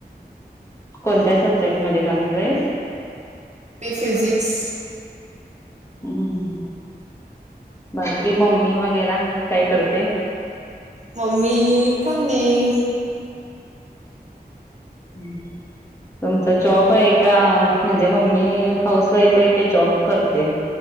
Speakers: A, on the left (about 15°); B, on the right (about 45°).
A: कोणत्या सब्जेक्ट मध्ये करणार आहेस?
B: मी फिजिक्स
A: हं हं बाकी मम्मी वगैरा काय करते?
B: मम्मी काय नाही.
A: हं तुमचा जॉब आहे का? म्हणजे मम्मी हाऊस वाईफ आहे की जॉब करते?